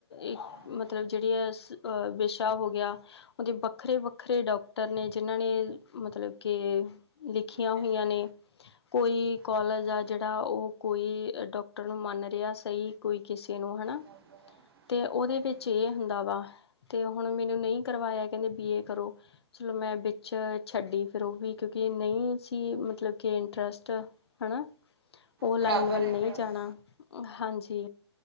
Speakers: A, on the left; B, on the right.
A: ਇੱਕ
B: ਹਾਂਜੀ
A: ਮਤਲਬ ਜਿੜੀਆਂ ਆ ਵਿਸ਼ਾ ਹੋ ਗਿਆ ਉਹਦੇ, ਵੱਖਰੇ -ਵੱਖਰੇ ਡਾਕਟਰ ਨੇ ਜਿਨਾਂ ਨੇ ਮਤਲਬ ਕੇ? ਲਿਖੀਆਂ
B: ਹਾਂਜੀ
A: ਹੋਈਆਂ ਨੇ। ਕੋਈ ਕੋਲੇਜ
B: ਹਾਂ,
A: ਆ, ਜੇਹੜਾ ਓਹ ਕੋਈ ਡਾਕਟਰ ਨੂੰ ਮੰਨ ਰੇਹਾ ਸਹੀ, ਕੋਈ ਕਿਸੇ ਨੂੰ ਹਨਾ
B: ਬਰਾਬਰ ਹੈ
A: ਤੇ ਉਹਦੇ,
B: ਹਾਂਜੀ
A: ਵਿੱਚ
B: ਹਾਂਜੀ
A: ਇਹ ਹੁੰਦਾ ਵਾ, ਤੇ ਹੁਣ ਮੈਨੂੰ ਨਹੀਂ ਕਰਵਾਇਆ ਕਹਿੰਦੇ, ਬੀਏ ਕਰੋ? ਚਲੋ ਮੈਂ, ਵਿੱਚ ਛੱਡੀ ਫਿਰ ਉਹ ਵੀ ਕਿਉਂਕਿ, ਨਹੀਂ ਸੀ ਮਤਲਬ ਕਿ ਇੰਟਰਸਟ? ਹਨਾ, ਉਹ ਲਾਈਨ
B: ਬਰਾਬਰ
A: ਵੱਲ
B: ਹੈ
A: ਨਹੀਂ
B: ਬਰਾਬਰ
A: ਜਾਣਾ। ਹਾਂਜੀ,